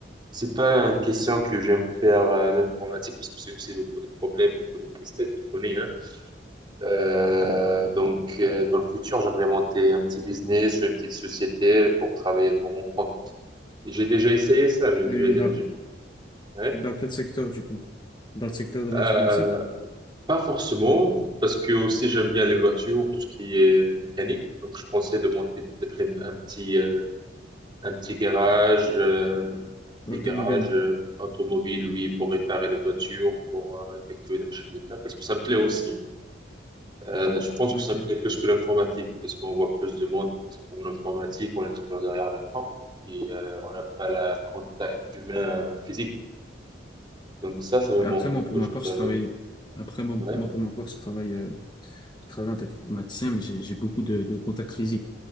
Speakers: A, on the right; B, on the left.
A: C'est pas une question que j'aime faire euh, l'informatique parce que c'est aussi beaucoup de problèmes, beaucoup de presse-tête, tu connais, hein. Euh, donc, euh, dans le futur, j'aimerais monter un petit business ou une petite société pour travailler pour mon compte. Et J'ai déjà essayé ça. J'ai déjà,
B: Oui, mais dans,
A: j'ai- ouais.
B: dans quel secteur, du coup? Dans le secteur de l'informatique?
A: Euh, Pas forcément, parce que aussi j'aime bien les voitures, tout ce qui est mécanique. Donc je pensais de monter peut-être un, un petit euh, un petit garage, euh, un
B: Automobile.
A: petit garage euh, automobile, oui, pour réparer les voitures, pour euh, effectuer des recherches de terrain, parce que ça me plaît aussi. hein. Euh, je pense
B: Ok.
A: que ça me plaît plus que l'informatique, parce qu'on voit plus de monde. Parce qu'en informatique, on est toujours derrière l'écran et euh, on n'a pas le contact humain physique. Donc ça, ça me
B: Après,
A: manque
B: moi,
A: un
B: pour
A: peu,
B: ma
A: je
B: part,
A: t'avoue.
B: je travaille, après, moi,
A: Ouais.
B: moi, pour ma part, je travaille, euh, je travaille en tant qu'informaticien, mais j'ai, j'ai beaucoup de, de contacts physiques.